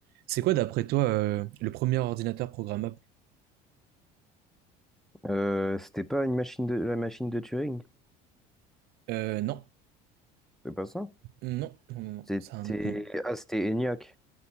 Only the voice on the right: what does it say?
C'est quoi, d'après toi, euh, le premier ordinateur programmable?
Euh, non,
non, non, non, non,
ça a un autre nom.